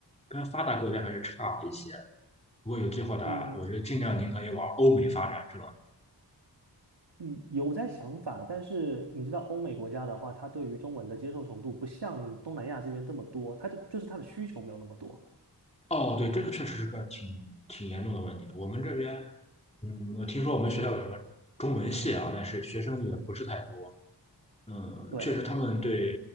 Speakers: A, on the left; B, on the right.
A: 跟发达国家还是差一些。如果有计划的啊，
B: 嗯，
A: 我觉得尽量您可以往欧美发展，是吧？
B: 嗯有在想法，但是你知道欧美国家的话，他对于中文的接受程度不像东南亚这边这么多，他的就是他的需求没有那么多。
A: 哦，对，这个确实是个挺挺严重的问题。我们这边，嗯，我听说我们学校有什么中文系啊，但是学生也不是太多。嗯，
B: 对，
A: 确实他们对